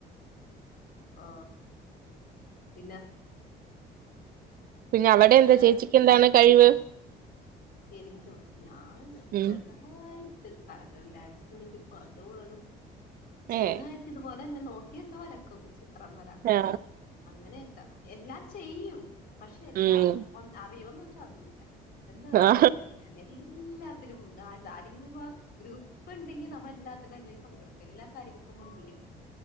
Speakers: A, on the left; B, on the right.
A: ആ പിന്നെ
B: പിന്നെ അവിടെ എന്താ
A: ആഹ്
B: ചേച്ചിക്ക് എന്താണ് കഴിവ്
A: എനിക്കോ ഞാൻ
B: ഉം
A: ചെറുതായി ഡാൻസ് കാണിക്കും പാട്ട് പാടും ചെറുതായിട്ട്
B: ഏ
A: വരക്കും ചിത്രം വരാ
B: ആ
A: അങ്ങനെയൊക്കെ എല്ല പക്ഷെ എല്ലാം
B: ഉം
A: ഒ അറിയോന്ന് വെച്ചാൽ അതല്ല എന്നൊരവസ്ഥയാണ്
B: ആ
A: ഞാൻ എ എല്ലാത്തിനും ആരെങ്കിലും ഗ്രൂപ്പ് ഉണ്ടെങ്കിൽ നമ്മള എല്ലാത്തിനും എല്ലരും പങ്കെടുക്കും എല്ലാ കാര്യങ്ങളും മുൻപിൽ നിൽകും